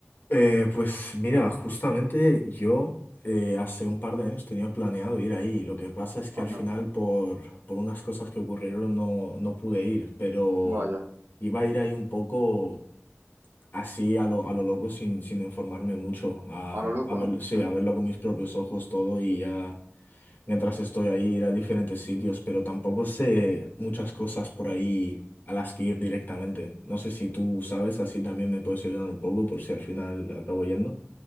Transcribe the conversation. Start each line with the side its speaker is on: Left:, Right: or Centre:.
Left: Eh, pues mira, justamente yo eh, hace un par
Right: Ujú.
Left: de años tenía planeado ir ahí. Lo que pasa es que
Right: Anda,
Left: al final por, por unas cosas que ocurrieron no, no pude ir, pero
Right: vaya.
Left: iba a ir ahí un poco así a lo, a lo loco sin, sin informarme mucho, a,
Right: A lo loco,
Left: a ver-
Right: ¿no?
Left: sí,
Right: Mm.
Left: a verlo con mis propios ojos todo y ya mientras estoy ahí ir a diferentes sitios, pero tampoco sé muchas cosas por ahí. a las que ir directamente. No sé si tú sabes, así también me puedes ayudar un poco por si al final acabo yendo.